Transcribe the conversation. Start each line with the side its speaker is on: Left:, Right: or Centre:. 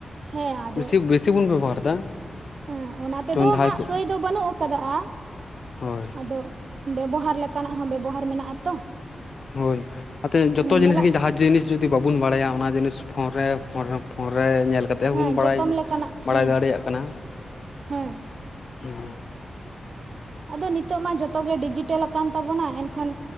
Right: ᱦᱮᱸ ᱟᱫᱚ,
Left: ᱵᱮᱥᱤ ᱵᱮᱥᱤ ᱵᱚᱱ ᱵᱮᱵᱚᱦᱟᱨ ᱮᱫᱟ
Right: ᱮ ᱚᱱᱟ ᱛᱮᱫᱚ
Left: ᱡᱮᱢᱚᱱ ᱡᱟᱦᱟᱸᱭ
Right: ᱦᱟᱸᱜ
Left: ᱠᱚ
Right: ᱠᱟᱹᱭ ᱫᱚ ᱵᱟᱹᱱᱩᱜ ᱠᱟᱫᱟᱼᱟ,
Left: ᱦᱳᱭ
Right: ᱟᱫᱚ ᱵᱮᱵᱚᱦᱟᱨ ᱞᱮᱠᱟᱱᱟᱜ ᱦᱚᱸ ᱵᱮᱵᱚᱦᱟᱨ ᱢᱮᱱᱟᱜᱼᱟ ᱛᱚ᱾
Left: ᱦᱳᱭ, ᱟᱛᱮ ᱡᱚᱛᱚ
Right: ᱧᱮᱞᱚᱜ
Left: ᱡᱤᱱᱤᱥ ᱜᱮ ᱡᱟᱦᱟᱸ ᱡᱤᱱᱤᱥ ᱡᱩᱫᱤ ᱵᱟᱵᱚᱱ ᱵᱟᱰᱟᱭᱟ ᱚᱱᱟ ᱡᱤᱱᱤᱥ ᱯᱷᱳᱱ ᱨᱮ ᱯᱷᱳᱱ ᱨᱮ᱾ ᱯᱷᱳᱱ ᱨᱮ ᱧᱮᱞ ᱠᱟᱛᱮᱫ
Right: ᱦᱮᱸ
Left: ᱦᱚᱸᱵᱚᱱ ᱵᱟᱲᱟᱭ,
Right: ᱡᱚᱛᱚᱢ ᱞᱮᱠᱟᱱᱟᱜ
Left: ᱵᱟᱲᱟᱭ
Right: ᱦᱮᱸ
Left: ᱫᱟᱲᱮᱭᱟᱜ ᱠᱟᱱᱟ᱾
Right: ᱦᱮᱸ
Left: ᱦᱩᱸ᱾
Right: ᱟᱫᱚ ᱱᱤᱛᱚᱜ ᱢᱟ ᱡᱷᱚᱛᱚ ᱜᱮ ᱰᱤᱡᱤᱴᱮᱞ ᱟᱠᱟᱱ ᱛᱟᱵᱚᱱᱟ, ᱮᱱᱠᱷᱟᱱ